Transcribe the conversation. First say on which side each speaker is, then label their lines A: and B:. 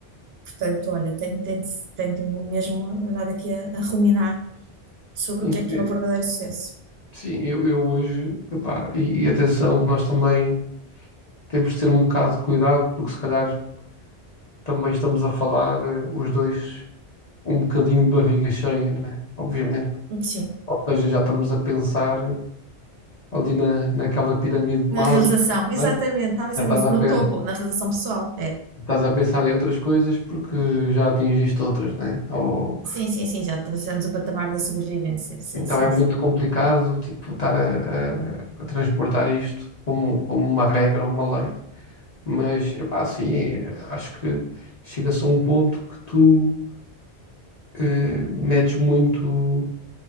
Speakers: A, on the right; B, on the left.
A: Portanto, olha, tenho, tenho, tenho mesmo andado aqui a, a ruminar sobre
B: Sim,
A: o que é que
B: eh,
A: é o verdadeiro sucesso.
B: sim, eu, eu hoje. epá, e, e atenção, que nós também temos de ter um bocado de cuidado, porque se calhar também estamos a falar, eh, os dois, um bocadinho de barriga cheia, né? Obviamente.
A: Sim.
B: Ou seja, já estamos a pensar ali na, naquela pirâmide de
A: Na
B: Maslow,
A: realização, exatamente,
B: né?
A: estava a pensar
B: Já estás
A: nisso.
B: a,
A: No
B: pe-
A: topo, na realização pessoal. É.
B: Estás a pensar em outras coisas porque já atingiste outras, né? Ou
A: Sim, sim, sim, já estamos o patamar da sobrevivência. Sim,
B: então
A: sim,
B: é muito
A: sim.
B: complicado, tipo, estar a, a- a transportar isto como, como uma regra ou uma lei. Mas, epá, sim, acho que chega-se a um ponto que tu eh, medes muito